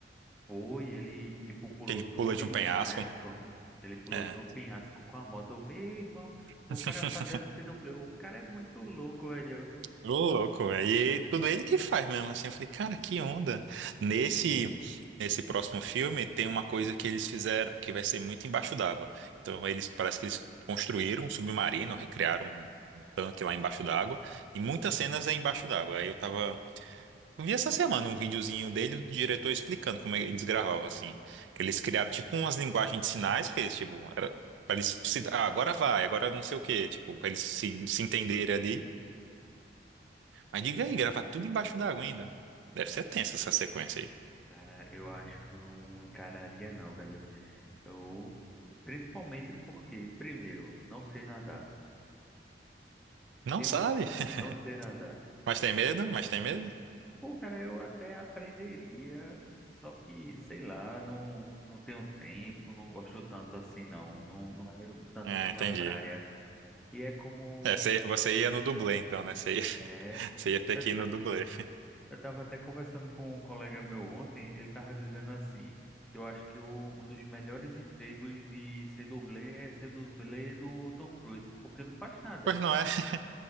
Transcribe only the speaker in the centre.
foi, ele, tipo, pulou
de
um penhasco.
Ele pulou
de um penhasco com a moto. Meu irmão, o
cara fazendo C-Play, o cara é muito louco, velho.
Cara, eu acho que eu não encararia, não, velho. Eu, principalmente porque, primeiro, não sei nadar.
Tenho,
não sei nadar.
Pô, cara, eu até aprenderia, só que, sei lá, não, não tenho tempo, não gosto tanto assim, não. Não, não é tanto
minha
praia. E é como.
É,
eu,
ta-
eu tava até conversando com um colega meu ontem, ele tava dizendo assim: eu acho que o- um dos melhores empregos de ser dublê é ser dublê do Tom Cruise, porque não faz nada.